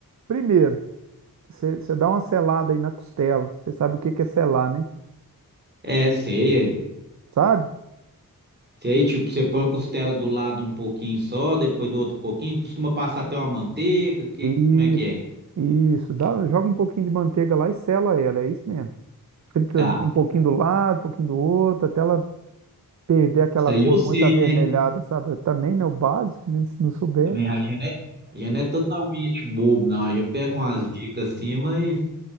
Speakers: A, on the right; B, on the right.
A: Primeiro, você dá uma selada aí na costela. Você sabe o que que é selar, né?
B: É, sei aí.
A: Sabe?
B: Sei, tipo, você põe a costela do lado um pouquinho só, depois do outro pouquinho, costuma passar até uma manteiga, que,
A: Isso,
B: como é que é?
A: isso. Dá, joga um pouquinho de manteiga lá e sela ela, é isso mesmo. frita
B: Tá.
A: um pouquinho do lado, um pouquinho do outro, até ela perder aquela
B: Isso aí
A: cor
B: eu sei,
A: muito avermelhada,
B: né?
A: sabe? Também, né? O básico, né? Se não soubesse.
B: Também a gente não é, a gente não é totalmente bobo, não. A gente pega umas dicas assim, mas